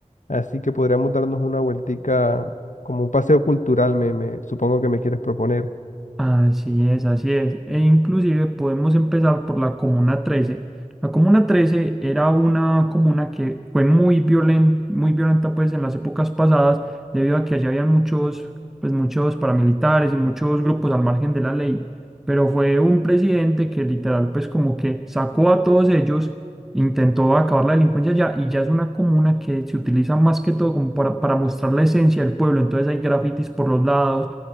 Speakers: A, on the left; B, in the centre.
A: así que podríamos darnos una vueltica como un paseo cultural, me, me- supongo que me quieres proponer.
B: Así es, así es. E inclusive podemos empezar por la Comuna trece La Comuna trece era una comuna que fue muy violen- muy violenta pues en las épocas pasadas debido a que allí habían muchos, pues, muchos paramilitares y muchos grupos al margen de la ley. Pero fue un presidente que literal pues como que sacó a todos ellos, intentó acabar la delincuencia ya y ya es una comuna que se utiliza más que todo como para, para mostrar la esencia del pueblo. Entonces hay grafitis por los lados